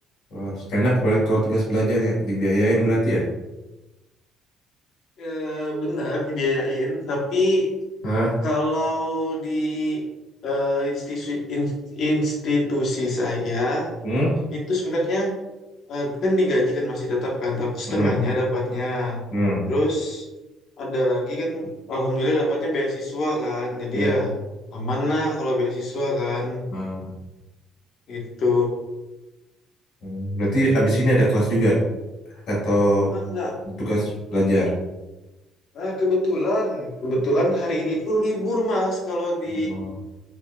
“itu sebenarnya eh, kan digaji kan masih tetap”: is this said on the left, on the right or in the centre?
Left